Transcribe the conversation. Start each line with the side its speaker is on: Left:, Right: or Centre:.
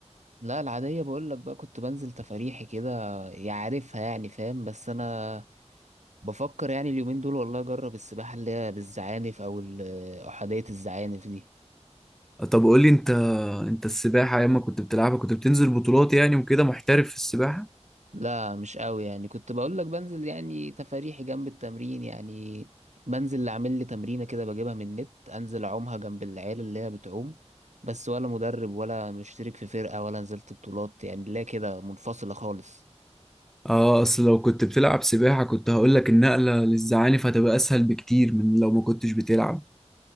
Right: لا العاديه بقول لك بقى كنت بنزل تفاريحي كده يعرفها يعني فاهم بس انا بفكر يعني اليومين دول والله اجرب السباحه اللي هي بالزعانف او ال- احاديه الزعانف دي
Centre: طب قول لي انت انت السباحة ايام ما كنت بتلعبها كنت بتنزل بطولات يعني وكده محترف في السباحة
Right: لا مش قوي يعني كنت بقول لك بنزل يعني تفاريحي جنب التمرين يعني بنزل اللي عامل لي تمرينة كده بجيبها من النت انزل اعومها جنب العيال اللي هي بتعوم بس ولا مدرب ولا مشترك في فرقة ولا نزلت بطولات يعني لا كده منفصلة خالص
Centre: اه اصل لو كنت بتلعب سباحة كنت هقول لك النقلة للزعانف هتبقى اسهل بكتير من لو ما كنتش بتلعب